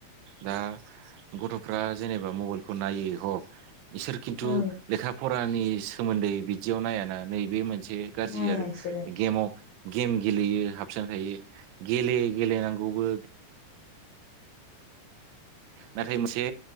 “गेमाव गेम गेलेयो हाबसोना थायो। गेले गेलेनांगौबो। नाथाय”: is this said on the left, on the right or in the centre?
Right